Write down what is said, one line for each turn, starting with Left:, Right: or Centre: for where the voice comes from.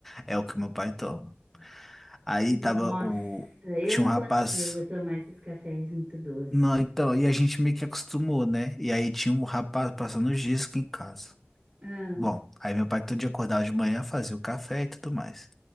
Centre: É o que meu pai toma. Aí
Right: Nossa,
Centre: tava o.
Right: eu
Centre: Tinha
Right: não
Centre: um rapaz.
Right: consigo tomar esses cafés muito doces.
Centre: Não, então, e a gente meio que acostumou, né? E aí tinha um rapaz passando os dias em casa.
Right: Ah.
Centre: Bom, aí meu pai todo dia acordava de manhã, fazia o café e tudo mais.